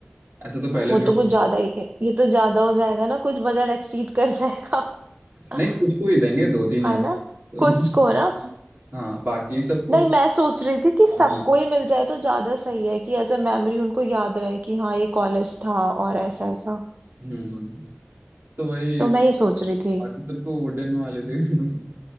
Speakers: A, on the right (about 60°); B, on the right (about 45°).
A: ऐसा तो पहले
B: वो
A: भी
B: तो
A: हुआ।
B: कुछ ज्यादा ही है ये तो ज्यादा हो जाएगा ना कुछ बजट एक्सीड कर जाएगा <laughs>
A: नहीं कुछ को ही देंगे दो तीन
B: हाँ
A: ऐसे
B: ना
A: तो,
B: कुछ को ना
A: <laughs> हाँ बाकी सबको
B: नहीं मैं सोच रही थी कि सबको
A: नॉर्मल
B: ही मिल जाए तो ज्यादा सही है कि एज अ मेमोरी उनको याद रहे कि हाँ ये कॉलेज था और ऐसा ऐसा
A: हम्म तो वही
B: तो मैं ये सोच रही
A: बाकी
B: थी
A: सबको वुडन वाले थे <laughs>